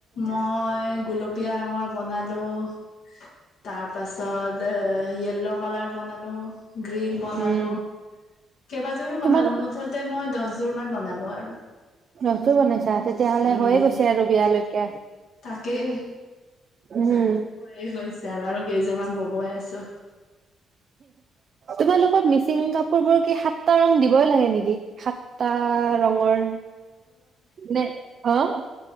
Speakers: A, on the left; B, on the right.
A: মই গোলপীয়া ৰং বন লো, তাৰ তাৰ পাছত, য়েল্ল' কালাৰ বনালো গ্ৰীণ বনালো,
B: উম
A: কেইবযোৰো
B: তোমালোক
A: বনালো, মুঠতে মই দহযোৰ মান বনালো আৰু,
B: নতুন বনাইছা তেতিয়াহ'লে
A: উম।
B: হৈয়ে গৈছে আৰু বিয়ালৈকে
A: তাকেই,
B: উম
A: হৈয়ে গৈছে আৰু। আৰু কেইোৰ মমান ব হৈই আছো।
B: তোমালোকৰ মিচিং কাপোৰ বোৰ কি সাতটা ৰং দিবই লাগে নেকি, সাতটা ৰঙৰ নে, আঁ